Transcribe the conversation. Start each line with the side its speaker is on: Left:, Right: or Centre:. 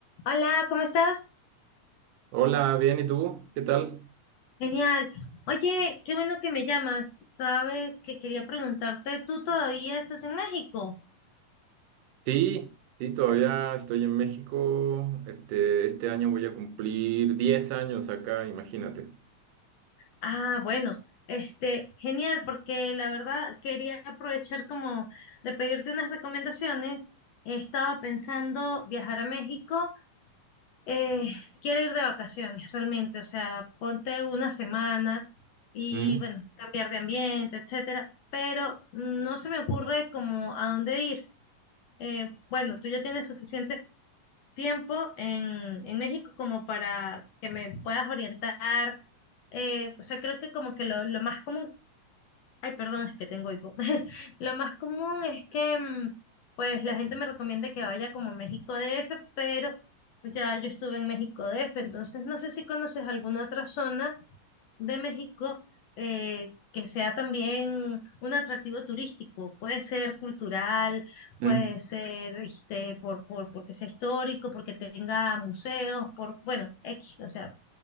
Left: Hola, ¿cómo estás?
Right: Hola, bien, ¿y tú? ¿Qué tal?
Left: Genial. Oye, qué bueno que me llamas. Sabes que quería preguntarte, ¿tú todavía estás en México?
Right: Sí, sí, todavía estoy en México. Este, este año voy a cumplir 10 años acá, imagínate.
Left: Ah, bueno, este, genial, porque la verdad quería aprovechar como de pedirte unas recomendaciones. He estado pensando viajar a México. eh, quiero ir de vacaciones realmente, o sea, ponte una semana y
Right: Mm,
Left: bueno, cambiar de ambiente, etcétera, pero no se me ocurre como a dónde ir. eh, bueno, tú ya tienes suficiente tiempo en, en México como para que me puedas orientar. eh, o sea, creo que como que lo, lo más común, ay, perdón, es que tengo hipo. <laughs> Lo más común es que, mm, pues, la gente me recomienda que vaya como a México DF, pero pues ya yo estuve en México DF, entonces no sé si conoces alguna otra zona de México eh, que sea también un atractivo turístico. Puede ser cultural,
Right: mm.
Left: puede ser este, por, por, porque sea histórico, porque tenga museos, por, bueno, X, o sea,